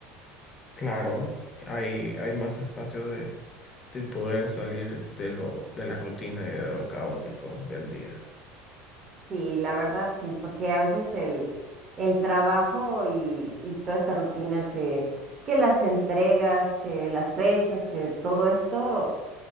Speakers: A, on the left; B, on the right.
A: Claro, hay, hay más espacio de, de poder salir de lo, de la rutina y de lo caótico del día.
B: Sí, la verdad sí, porque a veces el, el trabajo y, y toda esta rutina que, que las entregas, que las fechas, que todo esto,